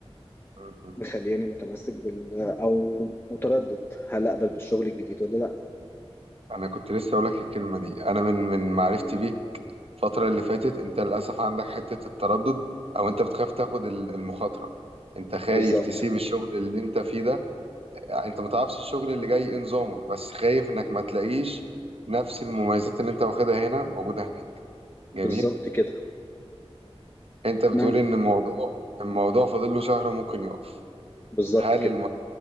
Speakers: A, on the right; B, on the left.
A: م- م.
B: مخلياني متمسك بال أو متردد هل أقبل بالشغل الجديد ولا لأ
A: انا كنت لسه اقول لك الكلمة دي انا من من معرفتي بيك الفترة اللي فاتت انت للاسف عندك حتة التردد او انت بتخاف تاخد ال- المخاطرة انت خايف
B: بالظبط
A: تسيب الشغل اللي انت فيه ده يعني انت متعرفش الشغل اللي جاي ايه نظامه بس خايف انك ما تلاقيش نفس المميزات اللي انت واخدها هنا موجودة هناك جميل
B: بالظبط كده
A: انت بتقول
B: نعم
A: ان الموضوع الموضوع فاضل له شهر وممكن يقف
B: بالظبط
A: هل
B: كده
A: المشروع